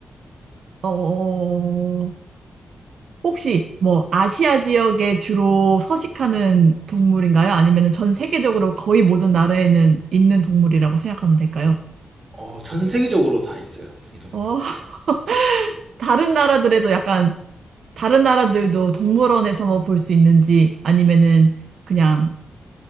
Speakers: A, on the right; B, on the right.
A: 어, 어. 혹시 뭐 아시아 지역에 주로 서식하는 동물인가요? 아니면 전 세계적으로 거의 모든 나라에는 있는 동물이라고 생각하면 될까요?
B: 어 전 세계적으로 다 있어요. 이 동물.
A: 어, <laughs> 다른 나라들에도 약간, 다른 나라들도 동물원에서 뭐 볼 수 있는지, 아니면은 그냥